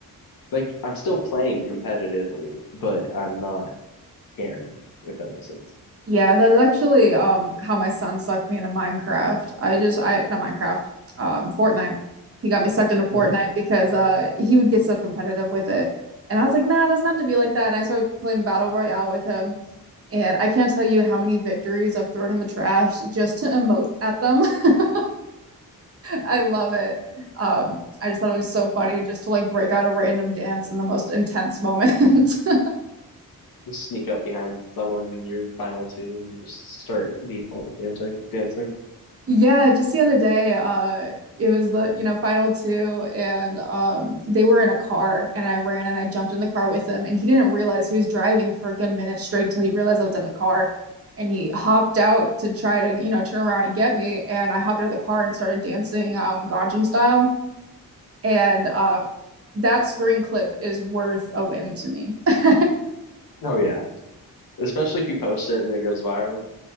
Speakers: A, on the left (about 65°); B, on the right (about 40°).
A: Like, I'm still playing competitively, but I'm not caring, if that makes sense.
B: Yeah, that's actually um how my son sucked me into Minecraft. I just I not Minecraft, um Fortnite. He got me sucked into Fortnite
A: Mhm.
B: because uh he would get so competitive with it. And I was like, nah, it doesn't have to be like that. And I started playing Battle Royale with him. And I can't tell you how many victories I've thrown in the trash just to emote at them. <laughs> I love it. Um, I just thought it was so funny just to like break out a random dance in the most intense moment. <laughs>
A: Just sneak up behind someone when you're in final two and just start default dancing. Dancing.
B: Yeah, just the other day, uh, it was the, you know, final two and um they were in a car and I ran and I jumped in the car with him and he didn't realize he was driving for a good minute straight until he realized I was in the car and he hopped out to try to, you know, turn around and get me and I hopped out of the car and started dancing um Gangnam style and um that screen clip is worth a win to me. <laughs>
A: Oh yeah, especially if you post it and it goes viral.